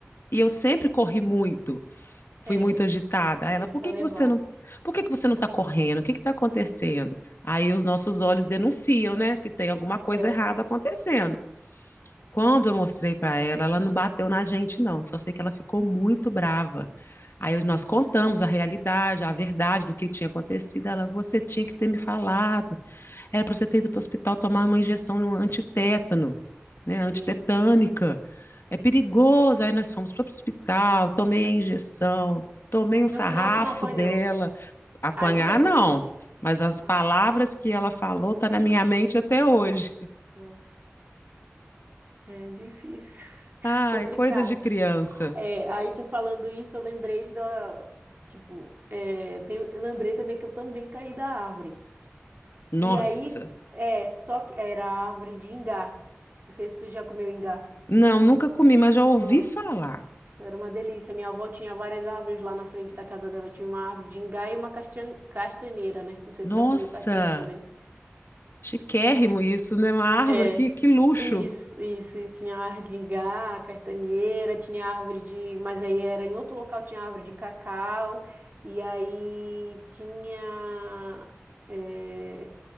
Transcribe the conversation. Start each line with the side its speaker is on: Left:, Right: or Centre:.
Left: E eu sempre corri muito. fui
Right: É,
Left: muito agitada.
Right: criança
Left: Aí ela, por que
Right: levada.
Left: que você não, por que que você não está correndo? O que que está acontecendo? Aí os nossos olhos denunciam, né, que tem alguma coisa
Right: É,
Left: errada acontecendo. Quando eu mostrei para ela, ela não bateu na gente, não. Só sei que ela ficou muito brava. Aí nós contamos a realidade, a verdade do que tinha acontecido. Ela, você tinha que ter me falado. Era para você ter ido para o hospital tomar uma injeção antitétano, né? Antitetânica.
Right: eita.
Left: É perigoso. Aí nós fomos para o hospital, tomei a injeção, tomei um
Right: No
Left: sarrafo
Right: final tu não apanhou.
Left: dela. Apanhar,
Right: Ainda apanhou?
Left: não. Mas as palavras
Right: Ah,
Left: que ela falou estão tá na minha mente até hoje.
Right: nossa, é difícil. <laughs>
Left: Ai,
Right: Complicado.
Left: coisas de criança.
Right: É, aí tu falando isso, eu lembrei da, tipo, é, tem- eu lembrei também que eu também caí da árvore.
Left: Nossa.
Right: E aí, s- é, só que era a árvore de ingá. Não sei se tu já comeu ingá.
Left: Não, nunca comi, mas já ouvi
Right: Nossa,
Left: falar.
Right: era uma delícia. Minha avó tinha várias árvores lá na frente da casa dela. Tinha uma árvore de ingá e uma castan- castanheira, né? Não sei
Left: Nossa.
Right: se tu já comeu castanha também.
Left: Chiquérrimo isso, né? Uma árvore,
Right: É,
Left: que, que luxo.
Right: isso, isso, isso. Tinha árvore de ingá, castanheira, tinha árvore de. Mas aí era em outro local, tinha árvore de cacau, e aí tinha. é,